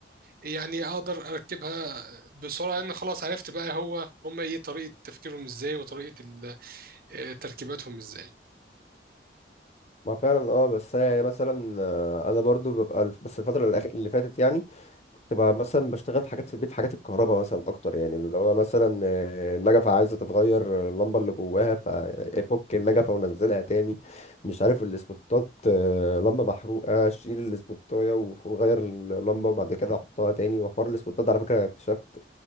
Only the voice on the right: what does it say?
يعني اقدر اركبها بسرعه لان خلاص عرفت بقى هو هم ايه طريقه تفكيرهم ازاي وطريقه ال- آه، تركيباتهم ازاي